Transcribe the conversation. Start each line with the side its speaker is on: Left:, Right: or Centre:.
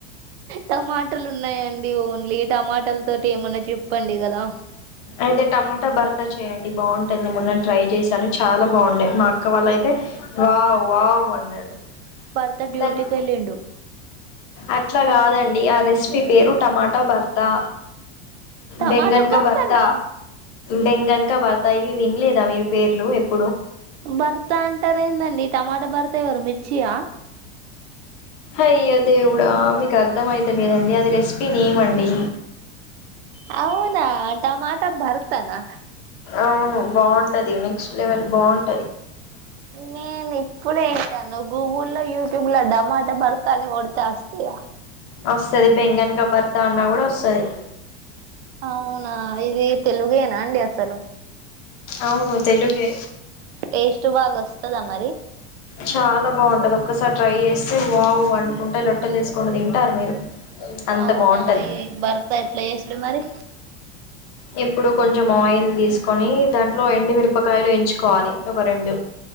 Right: టమాటలు ఉన్నాయండి ఓన్లీ టమాటాల తోటి ఏమన్నా చెప్పండి కదా
Left: అయితే టమాటా బర్త చేయండి బావుంటది మొన్న ట్రై చేశాను చాలా బావుండే మా అక్క వాళ్ళయితే వావ్ వావ్ అన్నారు
Right: త్త డ్యూటీకెళ్ళిండు
Left: దాని అట్లా కాదండి ఆ రెసిపీ పేరు టమాటా బర్ త్త
Right: టమాటా
Left: బెంగన్ క
Right: భర్తనా
Left: బర్త బెంగన్క భర్త యివి వినలేదా మీరు పేర్లు ఏప్
Right: భర్త అంటారేందండి టమాటా భర్త ఎవరు మిర్చియా
Left: అయ్యో దేవుడా మీకు అర్థమైత లేదండి అది రెసిపీ నేమండీ
Right: అవునా టమాటా బర్తనా
Left: అవును బాగుంటది నెక్స్ట్ లెవెల్ బావు
Right: నేను ఎప్పుడ్ త అన్నావ్ గూగల్ లో యూట్యూబ్లో డమాట భర్త అని కొడితే వస్తదా
Left: వస్తది బెంగన్ క బర్తా అన్నా కూడా వస్తది
Right: అవునా ఇది తెలుగేనా అండి అసలు
Left: అవును తెలుగే
Right: టేస్ట్ బాగా వస్తదా మరి
Left: చాలా బావుంటది ఒక్కసారి ట్రై చేస్తే వావ్ అనుకుంటా లొట్టలేసుకుంటా తింటారు మీరు అంత
Right: అవునా
Left: బాగుంటది
Right: ఎం బర్త ఎట్ల చేసుడు మరి
Left: ఇప్పుడు కొంచెం ఆయిల్ తీసుకొని దాంట్లో ఎండు మిరపకాయలు ఎంచు కోలి ఒక రెండు